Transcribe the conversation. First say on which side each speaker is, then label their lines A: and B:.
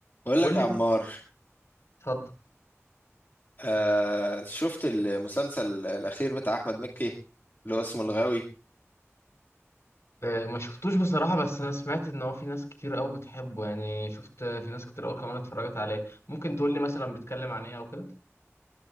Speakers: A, on the left (about 45°); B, on the left (about 65°).
A: بقول
B: بقول
A: لك يا
B: لك
A: عمار
B: اتفضل
A: آه شفت المسلسل الأخير بتاع أحمد مكي اللي هو اسمه الغاوي
B: آه، ما شفتوش بصراحة بس أنا سمعت إن هو في ناس كتير قوي بتحبه يعني شفت في ناس كتير قوي كمان اتفرجت عليه ممكن تقول لي مثلا بيتكلم عن إيه أو كده